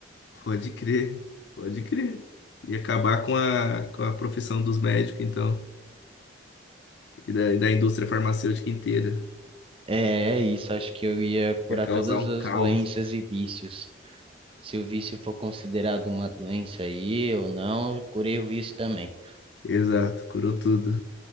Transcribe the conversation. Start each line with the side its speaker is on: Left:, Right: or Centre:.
Left: Pode crer, pode crer. E acabar com a, com a profissão dos médicos, então, e da, e da indústria farmacêutica inteira.
Right: É, é isso, acho que eu ia curar
Left: Ia causar
Right: todas
Left: um
Right: as
Left: caos.
Right: doenças e vícios. Se o vício for considerado uma doença aí ou não, eu curei o vício também.
Left: Exato, curou tudo.